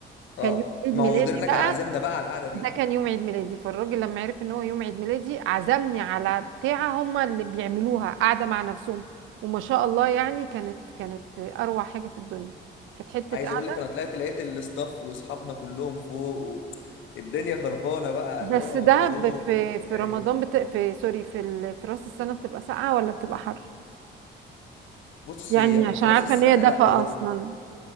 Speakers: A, on the left (about 75°); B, on the right (about 80°).
A: اه
B: كان يوم عيد
A: ما
B: ميلادي
A: هو مديرنا
B: بقى
A: كان عازمنا بقى على القعده دي
B: ده كان يوم عيد ميلادي فالراجل لما عرف ان هو يوم عيد ميلادي عزمني على بتاعه هما اللي بيعملوها قاعده مع نفسهم وما شاء الله يعني كانت كانت اروع حاجه في الدنيا كانت حته
A: عايز
B: قاعده
A: اقول لك انا طلعت لقيت الاستاف واصحابنا كلهم فوق و... الدنيا خربانه بقى
B: بس
A: اللي هو
B: ده
A: وخروف
B: ب- في
A: وشاي
B: في رمضان بت... في سوري في ال... في راس السنه بتبقى ساقعه ولا بتبقى حر
A: بص
B: يعني
A: هي
B: عشان
A: في
B: عارفه
A: راس السنه
B: ان هي دفا
A: لا هو
B: اصلا